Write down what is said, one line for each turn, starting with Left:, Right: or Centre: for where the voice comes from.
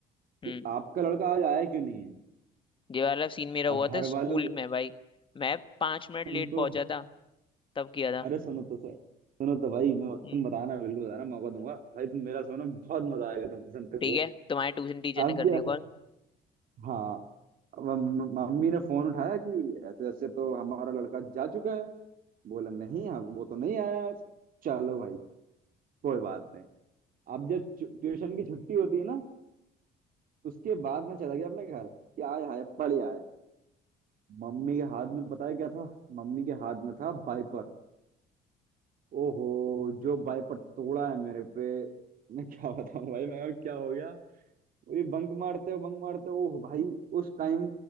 Left: हम्म
Right: कि आपका लड़का आज आया क्यों नहीं है
Left: ये वाला सीन मेरा हुआ
Right: अब घर
Left: था स्कूल
Right: वालों
Left: में भाई मैं पांच मिनट
Right: सुनो
Left: लेट
Right: तो
Left: पहुंचा था तब किया था
Right: अरे सुनो तो सर सुनो तो भाई मैं-
Left: हम्म।
Right: तुम बताना बिल्कुल बताना मौका दूंगा भाई तुम मेरा सुनो बहुत मजा आएगा तुम सुनते
Left: ठीक
Right: हुए
Left: है तुम्हारे ट्यूशन टीचर
Right: अब
Left: ने कर
Right: क्या
Left: दिया कॉल
Right: हाँ अब मम- मम्मी ने फोन उठाया कि ऐसे ऐसे तो हमारा लड़का जा चुका है बोला नहीं हाँ वो तो नहीं आया आज चलो भाई कोई बात नहीं अब जब छु- ट्यूशन की छुट्टी होती है ना उसके बाद मैं चला गया अपने घर कि आए हाय पढ़ आए मम्मी के हाथ में पता है क्या था मम्मी के हाथ में था वाइपर ओहो जो वाइपर तोड़ा है मेरे पे मैं क्या बताऊं भाई मैं क्या हो गया वो ये बंक मारते हो बंक मारते हो ओह भाई उस टाइम